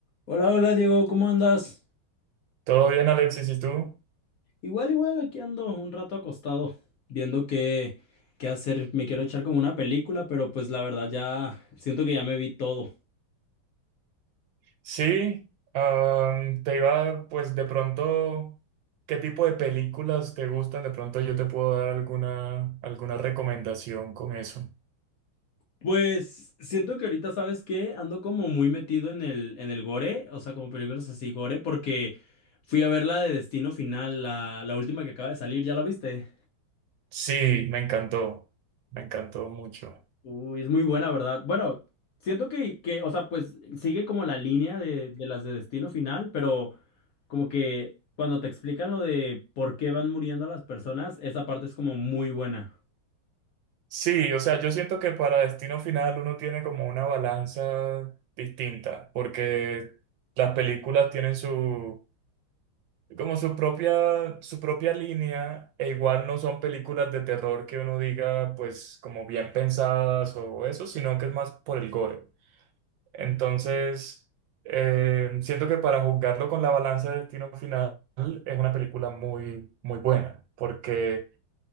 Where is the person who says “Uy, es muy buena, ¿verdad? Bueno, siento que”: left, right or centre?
Left